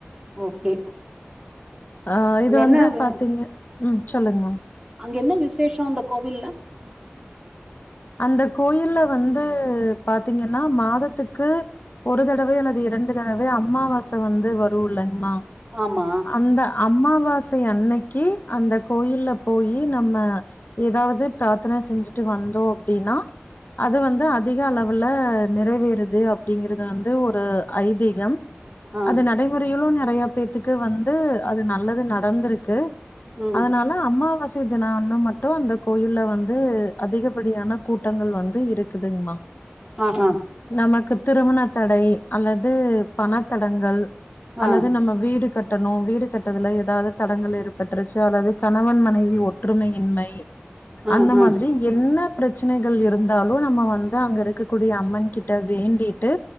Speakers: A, on the right; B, on the left.
A: ஓகே
B: ஆ
A: அங்க
B: இது வந்து
A: என்ன வே
B: பாத்தீங்க ம் சொல்லுங்க
A: அங்க என்ன விசேஷோ அந்த கோவில்ல
B: அந்த கோயில்ல வந்து பாத்தீங்கன்னா மாததுக்கு ஒரு தடவயோ அல்லது இரண்டு தடவயோ அம்மாவாச வந்து வருலங்மா
A: ஆமா
B: அந்த அம்மாவாசை அன்னைக்கி அந்த கோயில்ல போயி நம்ம ஏதாவது பிராத்தன செஞ்சிட்டு வந்தோ அப்டின்னா அது வந்து அதிக அளவுல நெறவேறுது அப்டிங்கறது வந்து ஒரு ஐதீகம்
A: ஆ
B: அது நடைமுறையிலும் நெறய பேத்துக்கு வந்து அது நல்லது நடந்துருக்கு
A: ம்
B: அதனால அமாவாசை தினம்ன்னு மட்டும் அந்த கோயில்ல வந்து அதிகப்படியான கூட்டங்கள் வந்து இருக்குதுங்மா
A: ஆ ஹா
B: நமக்கு திருமண தடை அல்லது பணத்தடங்கள்
A: ஆ
B: அல்லது நம்ம வீடு கட் டணும் வீடு கட்றதுல ஏதாது தடங்கள் ஏற்பட்ருச்சு அல்லது கணவன் மனைவி ஒற்றுமையின்மை
A: ஆ
B: அந்த
A: ஆ
B: மாதிரி என்ன பிரச் சனைகள் இருந்தாலும் நம்ம வந்து அங்க இருக்கக்கூடிய அம்மன் கிட்ட வேண்டிட்டு